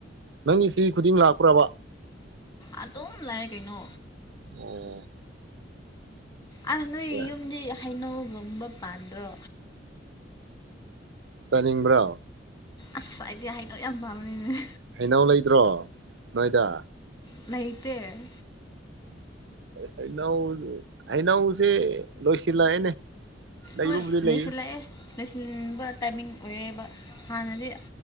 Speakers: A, on the right; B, on the left.
A: ꯅꯪꯒꯤ ꯆꯍꯤ ꯈꯨꯗꯤꯡ ꯂꯥꯛꯄ꯭ꯔꯕ
B: ꯑꯗꯨꯝ ꯂꯥꯛꯑꯦ ꯀꯩꯅꯣ
A: ꯑꯣ <unintelligible>
B: ꯑꯥ ꯅꯣꯏ
A: ꯌꯥꯏ
B: ꯌꯨꯝꯗꯤ ꯍꯩꯅꯧꯒꯨꯝꯕ ꯄꯥꯟꯗ꯭ꯔꯣ
A: ꯆꯥꯅꯤꯡꯕ꯭ꯔꯣ
B: ꯑꯁ ꯑꯩꯗꯤ ꯍꯩꯅꯧ ꯌꯥꯝ ꯄꯥꯝꯕꯅꯤꯅꯦ
A: ꯍꯩꯅꯧ ꯂꯩꯗ꯭ꯔꯣ ꯅꯣꯏꯗ
B: ꯂꯩꯇꯦ
A: ꯍꯩꯅꯎ ꯍꯩꯅꯎꯁꯦ ꯂꯣꯏꯁꯤꯜꯂꯛꯑꯦꯅꯦ ꯂꯩꯕꯕꯨꯗꯤ
B: ꯍꯣꯏ
A: ꯂꯩꯌꯦ
B: ꯂꯣꯏꯁꯤꯜꯂꯛꯑꯦ ꯂꯣꯏꯁꯤꯟꯕ ꯇꯥꯏꯃꯤꯡ ꯑꯣꯏꯔꯦꯕ ꯍꯥꯟꯅꯗꯤ